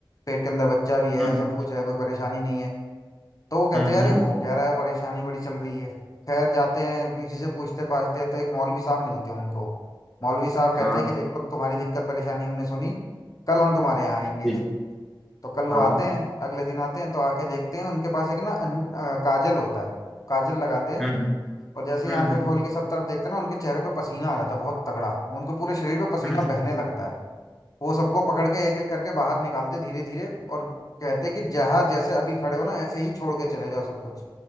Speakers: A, on the left; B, in the centre.
A: पेट के अंदर बच्चा भी है
B: हम्म
A: सब कुछ है कोई परेशानी नहीं है तो वो कहते
B: हम्म
A: हैं यार ये हो क्या रहा है परेशानी बड़ी चल रही है खैर जाते हैं किसी से पूछते पाछते हैं तो एक मौलवी साहब मिलते हैं उनको मौलवी साहब कहते
B: हाँ
A: हैं कि देखो तुम्हारी दिक्कत परेशानी हमने सुनी कल हम तुम्हारे यहाँ आएंगे
B: जी जी,
A: तो कल वो
B: हाँ
A: आते हैं अगले दिन आते हैं तो आके देखते हैं उनके पास एक ना अन- अ, काजल होता है काजल लगाते हैं
B: हम्म
A: और जैसे ही
B: हम्म
A: आंखें खोल के सब तरफ देखते हैं ना उनके चेहरे पे पसीना आ जाता है बहुत तगड़ा उनको पूरे शरीर पे पसीना
B: हम्म।
A: बहने लगता है वो सबको पकड़ के एक एक करके बाहर निकालते धीरे धीरे और कहते कि जहां जैसे अभी खड़े हो ना ऐसे ही छोड़ के चले जाओ सब कुछ